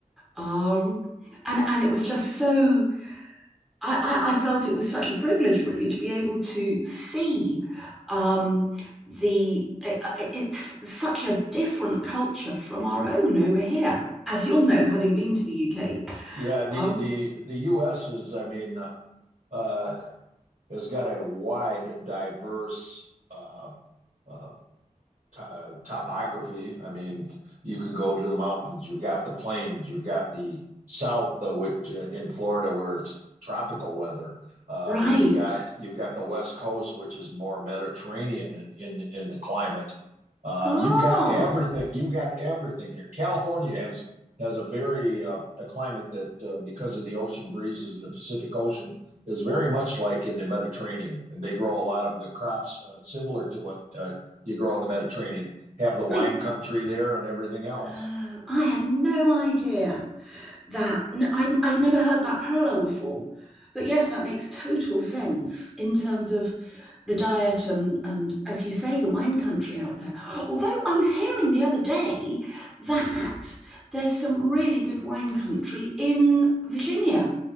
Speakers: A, in the centre; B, on the right.
A: Um, and and it was just so I, I, felt it was such a privilege really to be able to see um, the it- it's such a different culture from our own over here. As you'll know, having been to the UK,
B: Yeah, the
A: um,
B: the the U.S. is, I mean, uh, has got a wide, diverse uh, uh, to- topography. I mean, you can go to the mountains. You've got the plains. You've got the south, though, which uh, in Florida where it's tropical weather. Uh,
A: right.
B: you've got you've got the west coast, which is more Mediterranean in in, in the climate. Uh,
A: Ah,
B: you've got everything. You've got everything here. California has has a very uh, a climate that uh, because of the ocean breezes in the Pacific Ocean is very much like in the Mediterranean, and they grow a lot of the crops uh, similar to what uh, you grow in the Mediterranean, have the wine
A: I,
B: country there and everything else.
A: oh, I had no idea. that I would I'd, I'd never heard that parallel before. But yes, that makes total sense in terms of the diet and, and as you say, the wine country out there. Although I was hearing the other day that there's some really good wine country in Virginia.